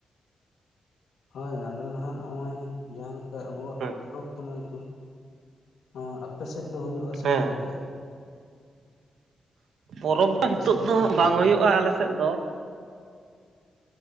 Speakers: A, on the left; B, on the right.
A: ᱦᱳᱭ ᱟᱫᱚ ᱱᱟᱦᱟᱜ ᱱᱚᱜᱼᱚᱭ ᱡᱟᱦᱟᱸ ᱞᱮᱠᱟ ᱟᱵᱚᱣᱟᱜ
B: ᱦᱮᱸ
A: ᱯᱚᱨᱚᱵᱽ ᱯᱩᱱᱟᱹᱭ ᱠᱚ, ᱦᱮᱸ ᱟᱯᱮ ᱥᱮᱫ ᱫᱚ ᱦᱩᱭᱩᱜᱼᱟ ᱥᱮ
B: ᱦᱮᱸ
A: ᱵᱟᱝ ᱜᱚᱝᱠᱮ?
B: ᱯᱚᱨᱚᱵᱽ
A: ᱟᱯᱮ
B: ᱫᱚ ᱦᱤᱛᱚᱜ
A: ᱥᱮᱫ ᱦᱩᱭᱩᱜ
B: ᱫᱚ
A: ᱜᱮᱭᱟ
B: ᱵᱟᱝ
A: ᱥᱮ
B: ᱦᱩᱭᱩᱜᱼᱟ ᱟᱞᱮ ᱥᱮᱫ ᱫᱚ᱾